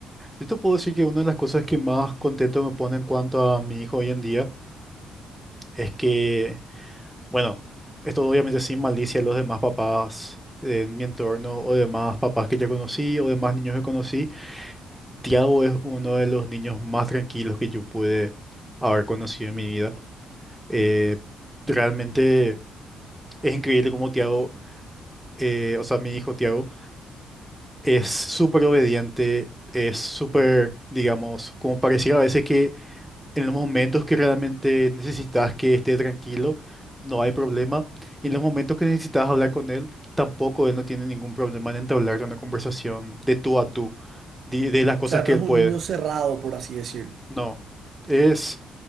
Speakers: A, in the centre; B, on the right.
A: Yo te puedo decir que una de las cosas que más contento me pone en cuanto a mi hijo hoy en día es que, bueno, esto obviamente sin malicia a los demás papás de mi entorno o demás papás que ya conocí o demás niños que conocí, Tiago es uno de los niños más tranquilos que yo pude haber conocido en mi vida. Eh, realmente es increíble cómo Tiago, eh, o sea, mi hijo Tiago, es súper obediente, es súper, digamos, como pareciera a veces que En los momentos que realmente necesitas que esté tranquilo, no hay problema. Y en los momentos que necesitas hablar con él, tampoco él no tiene ningún problema en entablar una conversación de tú a tú, de, de las
B: O
A: cosas
B: sea,
A: que
B: no
A: él
B: es
A: puede.
B: un niño cerrado, por así decir.
A: No. Es,